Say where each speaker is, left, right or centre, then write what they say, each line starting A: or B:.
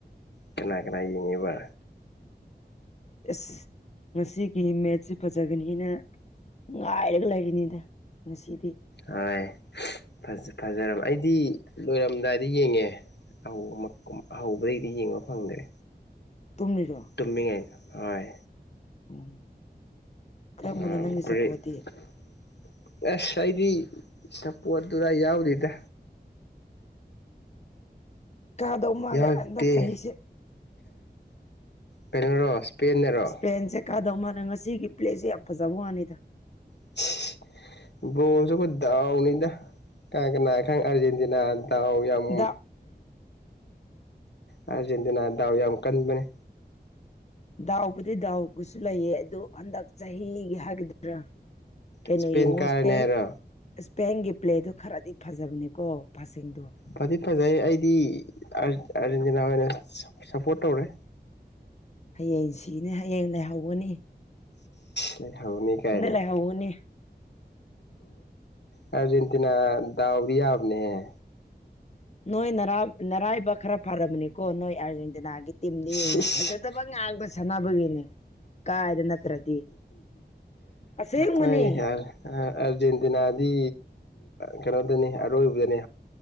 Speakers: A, on the left; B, on the left.
A: ꯀꯅꯥ ꯀꯅꯥ ꯌꯦꯡꯉꯤꯕ
B: ꯑꯁ ꯉꯁꯤꯒꯤ ꯃꯦꯠꯁꯇꯤ ꯐꯖꯥꯒꯅꯤꯅ ꯉꯥꯏꯔꯒ ꯂꯩꯔꯤꯅꯤꯗ ꯉꯥꯁꯤꯗꯤ
A: ꯍꯣꯏ ꯐꯖ ꯐꯖꯔꯕ ꯑꯩꯗꯤ ꯂꯣꯏꯔꯝꯗꯥꯏꯗꯥ ꯌꯦꯡꯉꯦ ꯍꯧꯕꯥ ꯃꯛ ꯍꯧꯕꯥꯗꯩꯗꯤ ꯌꯦꯡꯕ ꯐꯪꯗ꯭ꯔꯦ
B: ꯇꯨꯝꯔꯤꯔꯣ
A: ꯇꯨꯝꯃꯤꯌꯦ ꯍꯣꯏ
B: ꯎꯝ ꯀꯔꯝꯕꯅꯣ
A: ꯑ
B: ꯅꯪꯒꯤ
A: ꯕꯔꯦꯛ
B: ꯁꯞꯄꯣꯔꯠꯇꯤ
A: <unintelligible> ꯑꯁ ꯑꯩꯗꯤ ꯁꯞꯄꯣꯔꯠꯇꯨꯗꯥ ꯌꯥꯎꯗꯦꯗꯥ
B: ꯀꯥꯗꯧ ꯃꯥꯜꯂꯦ
A: ꯌꯥꯎꯗꯦ
B: ꯍꯟꯗꯛ ꯆꯍꯤꯁꯦ
A: ꯀꯩꯅꯣꯔꯣ ꯏꯁꯄꯦꯟꯅꯔꯣ
B: ꯁꯄꯦꯟꯁꯦ ꯀꯥꯗꯧ ꯃꯥꯜꯂꯦ ꯉꯁꯤꯒꯤ ꯄ꯭ꯂꯦꯁꯦ ꯌꯥꯝ ꯐꯖꯕ ꯋꯥꯅꯤꯗ
A: <unintelligible> ꯕꯣꯜꯁꯨ ꯗꯥꯎꯅꯤꯗ ꯀꯅꯥ ꯀꯅꯥ ꯈꯪ ꯑꯥꯔꯖꯦꯟꯇꯤꯅꯥ ꯗꯥꯎ ꯌꯥꯝ
B: ꯗꯥꯎ
A: ꯑꯥꯔꯖꯦꯟꯇꯤꯅꯥ ꯗꯥꯎ ꯌꯥꯝ ꯀꯟꯕꯥꯅꯦ
B: ꯗꯥꯎꯕꯨꯗꯤ ꯗꯥꯎꯕꯨꯁꯨ ꯂꯩꯌꯦ ꯑꯗꯨ ꯍꯟꯗꯛ ꯆꯍꯤꯒꯤ ꯍꯥꯏꯒꯗ꯭ꯔꯥ ꯀꯩꯅꯣ
A: ꯏꯁꯄꯦꯟ
B: ꯌꯦꯡꯉꯣ
A: ꯀꯥꯔꯅꯤ
B: ꯁꯄꯦꯟ
A: ꯍꯥꯏꯔꯣ
B: ꯁꯄꯦꯟꯒꯤ ꯄ꯭ꯂꯦꯗꯣ ꯈꯔꯗꯤ ꯐꯖꯥꯕꯅꯦꯀꯣ ꯄꯥꯁꯤꯡꯗꯣ
A: ꯐꯗꯤ ꯐꯥꯖꯩ ꯑꯩꯗꯤ ꯑꯥꯔꯖꯦꯟꯇꯤꯅꯥ ꯑꯣꯏꯅ ꯁꯞꯄꯣꯔꯠ ꯇꯧꯔꯦ
B: ꯍꯥꯌꯦꯡ ꯁꯤꯅꯤ ꯍꯥꯌꯦꯡ ꯂꯩꯍꯧꯒꯥꯅꯤ
A: ꯂꯩꯍꯧꯅꯤ ꯀꯥꯏꯅ
B: ꯂꯩꯍꯧꯒꯅꯤ
A: ꯑꯥꯔꯖꯦꯟꯇꯤꯅꯥ ꯗꯥꯎꯗꯤ ꯌꯥꯕꯅꯦꯍꯦ
B: ꯅꯣꯏ ꯅꯔꯥꯕ ꯅꯔꯥꯏꯕꯛ ꯈꯔ ꯐꯔꯥꯕꯅꯤꯀꯣ ꯅꯣꯏ ꯑꯥꯔꯖꯦꯟꯇꯤꯅꯥꯒꯤ ꯇꯤꯝꯗꯣ
A: ꯁꯤꯁ
B: ꯌꯦꯡꯉꯣ ꯐꯖꯗꯥꯕ ꯉꯥꯛꯇ ꯁꯥꯟꯅꯕꯒꯤꯅꯦ ꯀꯥꯏꯗ ꯅꯠꯇ꯭ꯔꯗꯤ ꯑꯁꯦꯡꯕꯅꯦ
A: ꯍ ꯍꯔ <unintelligible> ꯑꯥꯔꯖꯦꯟꯇꯤꯅꯥꯗꯤ ꯀꯩꯅꯣꯗꯅꯦ ꯑꯔꯣꯏꯕꯗꯥꯅꯦ